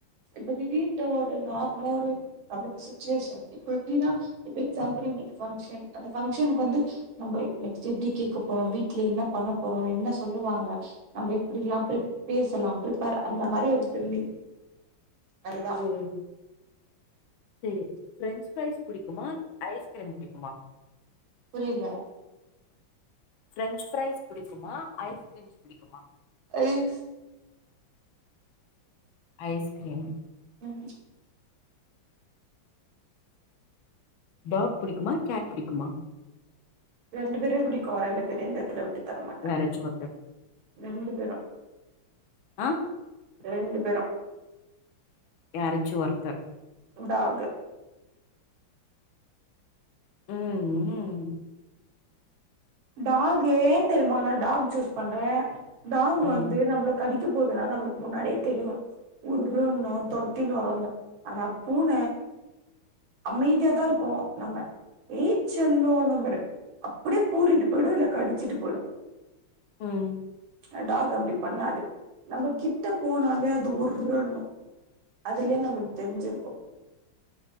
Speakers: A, on the right; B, on the left.
A: இப்ப திடீர்ன்ட்டு ஒரு நார்மலா ஒரு நம்மளுக்கு சுட்வேஷன் இப்ப எப்டின்னா இப்ப எக்ஸாம்புள் இன்னைக்கு பங்ஷன் அந்த பங்க்ஷனுக்கு வந்து நம்ம நெக்ஸ்ட் எப்டி கேக்க போறோ வீட்ல என்ன பண்ண போறோ என்ன சொல்லுவாங்க நம்ம எப்டில்லா ப்ரிப் பேசலா ப்ரிப்பேர் அந்த மாரி ஒரு திரும்பி அதுதா
B: ம் செரி ஃப்ரெஞ்ச் ஃப்ரைஸ் புடிக்குமா ஐஸ்கிரீம் புடிக்குமா
A: புரியல
B: ப்ரெஞ்ச் ஃப்ரைஸ் புடிக்குமா ஐஸ்கிரீம்ஸ் புடிக்குமா
A: ஜஸ்
B: ஐஸ்கிரீம்
A: ம்
B: பாப் புடிக்குமா கேட் புடிக்குமா
A: ரெண்டு பேரையு புடிக்கு ரெண்டு பேரையு இந்த எடத்துல விட்டு தர மாட்
B: யாரச்சு ஒருத்தர்
A: ரெண்டு பேரு
B: ஆ
A: ரெண்டு பேரு
B: யாரச்சு ஒருத்தர்
A: டாக்கு
B: ம் ம்
A: டாகு ஏ தெரியுமா நா டாக் ஜூஸ் பண்றே டாக்
B: ம்
A: வந்து நம்பளக் கடிக்க போகுதுன்னா நம்மளுக்கு முன்னாடியே தெரியு உருன்னு தொரத்தின்னு வரு அந்த ஆனா பூன அமைதியாதா இருக்கு நம்ம ஏ செல்லோ நம்ப அப்டியே பூறிட்டு போயிடு இல்ல கடிச்சுட்டு போய்டு
B: ம்
A: அ டாக் அப்டி பண்ணாது நம்ம கிட்ட போனாலே அது உர்ருன்னு அதுலயே நம்மளுக் தெரிஞ்சுருக்கு